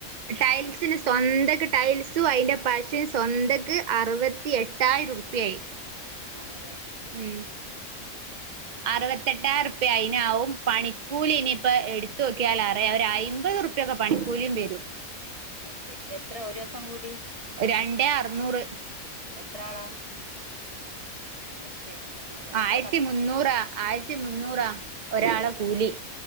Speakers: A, on the right; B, on the right.
A: ടൈൽസിന് സ്വന്തായിട്ട് ടൈൽസും അതിന്റെ പശയും സ്വന്ത ക്ക് അറുപത്തി എട്ടായിരം റുപ്പിയയായി
B: ആണ
A: ഉം അറുപത്തെട്ടായിരം റുപ്പിയ അതിനാവും പണിക്കൂലി ഇനിയിപ്പോ എടുത്തു നോക്കിയാൽ അറിയാം ഒരയിമ്പത് റുപ്പിയ ഒക്കെ പണിക്കൂലിയും വരും
B: അത് ശരി എത്ര ഒരു ദിവസം കൂലി
A: രണ്ടേ അറുനൂറ്
B: എത്ര ആളാ അയ് ശരി രണ്ടാ
A: ആയിരത്തി മുന്നൂറാ ആയിരത്തി മുന്നൂറാ ഒരാളെ
B: <unintelligible>
A: കൂലി